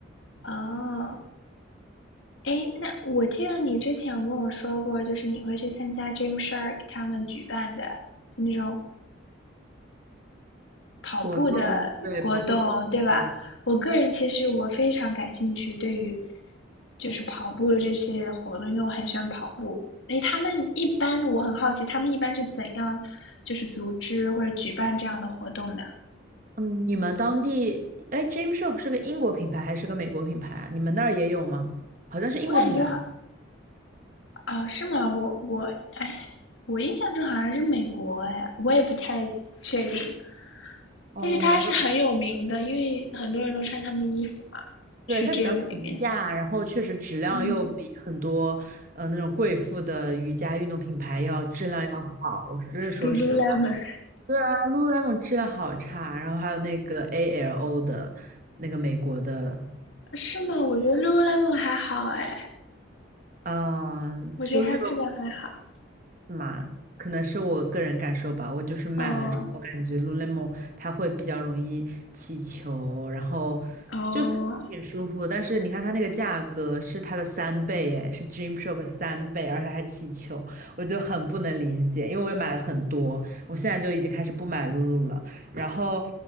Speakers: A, on the left; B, on the right.
A: 哦。诶，那我记得你之前有跟我说过，就是你会去参加 Gym Shark 他们举办的就那种跑步的活动，
B: 活动，对，跑步的活动。
A: 对吧？我个人其实我非常感兴趣，对于就是跑步的这系列的活动，因为我很喜欢跑步。诶，他们一般我很好奇，他们一般是怎样就是组织或者举办这样的活动的？
B: 嗯，你们当地，哎 g y m s h o p 是个英国品牌还是个美国品牌啊？你们那儿也有吗？好像是英国品牌。
A: 我感觉好啊，是吗？我我哎，我印象中好像是美国哎，我也不太确定。
B: 哦，
A: 但是它是很有名的，
B: 我也不，
A: 因为很多人都穿他们的衣服嘛，
B: 对，
A: 去
B: 它比较平价，
A: gym 里面。
B: 然后确实质量又比很多呃那种贵妇的瑜伽运动品牌要质量要好，
A: 嗯
B: 这是说实话。
A: ，Lululemon
B: 对啊，Lululemon 质量好差，然后还有那个 ALO 的那个美国的，
A: 是吗？我觉得 Lululemon 还好哎，
B: 嗯，
A: 我觉得它质量还好。
B: 就是。是嘛，可能是我个人感受吧。我就是买了之后，
A: 哦
B: 感觉 Lululemon 它会比较容易起球，然后就是挺舒服。
A: 哦，
B: 但是你看它那个价格是它的三倍，哎，是 d r e a m s h o r k 三倍，而且还起球，我就很不能理解。因为我也买了很多，我现在就已经开始不买 Lulu 了。然后，